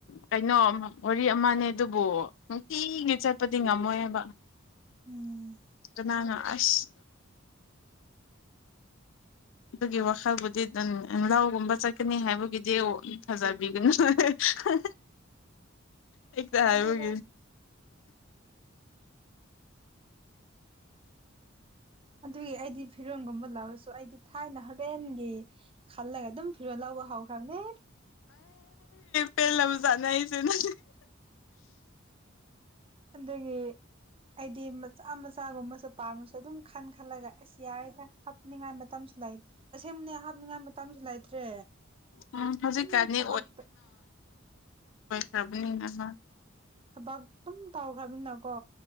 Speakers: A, on the left (about 65°); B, on the right (about 25°).
A: ꯀꯩꯅꯣ ꯋꯥꯔꯤ ꯑꯃꯅꯦ ꯑꯗꯨꯕꯨ ꯅꯨꯡꯇꯤꯒꯤ ꯆꯠꯄꯗꯤ ꯉꯝꯃꯣꯏꯑꯕ
B: ꯎꯝ
A: ꯀꯅꯥꯅꯣ ꯑꯁ ꯑꯗꯨꯒꯤ ꯋꯥꯈꯜꯕꯨꯗꯤ ꯑꯗꯨꯝ ꯎꯝ ꯂꯧꯒꯨꯝꯕ ꯆꯠꯀꯅꯤ ꯍꯥꯏꯕꯒꯤꯗꯤ ꯊꯥꯖꯕꯤꯒꯅꯨ ꯍꯦ ꯍꯦ ꯍꯍ ꯑꯩ ꯈꯛꯇ
B: ꯇꯜꯂꯦꯗ
A: ꯍꯥꯏꯕꯒꯤ
B: ꯑꯗꯨꯒꯤ ꯑꯩꯗꯤ ꯐꯤꯔꯣꯟꯒꯨꯝꯕ ꯂꯧꯔꯁꯨ ꯇꯣ ꯑꯩꯗꯤ ꯊꯥꯏꯅ ꯍꯣꯔꯦꯟꯒꯤ ꯈꯜꯂꯒ ꯑꯗꯨꯝ ꯐꯤꯔꯣꯜ ꯂꯧꯕ ꯍꯧꯈ꯭ꯔꯕꯅꯦ
A: ꯄꯦꯜꯂꯝ ꯑꯃ ꯆꯥꯅ ꯑꯩꯁꯨ ꯅ
B: ꯑꯗꯒꯤ ꯑꯩꯗꯤ ꯃꯆꯥ ꯃꯆꯥꯒꯨꯝꯕꯁꯨ ꯄꯥꯝꯔꯁꯨ ꯑꯗꯨꯝ ꯈꯟ ꯈꯜꯂꯒ ꯑꯁ ꯌꯥꯔꯦꯁꯦ ꯍꯥꯞꯅꯤꯡꯉꯥꯏ ꯃꯇꯝꯁꯨ ꯂꯩ ꯑꯁꯦꯡꯕꯅꯦ ꯍꯥꯞꯅꯤꯡꯉꯥꯏ ꯃꯇꯝꯁꯨ ꯂꯩꯇ꯭ꯔꯦ
A: ꯎꯝ ꯍꯧꯖꯤꯛꯀꯥꯟꯗꯤ
B: ꯑꯗꯨꯝ ꯊꯕꯛꯇ
A: ꯇꯧꯕꯅꯤꯅꯍꯥ
B: ꯊꯕꯛ ꯑꯗꯨꯝ ꯇꯧꯈ꯭ꯔꯕꯅꯤꯅꯀꯣ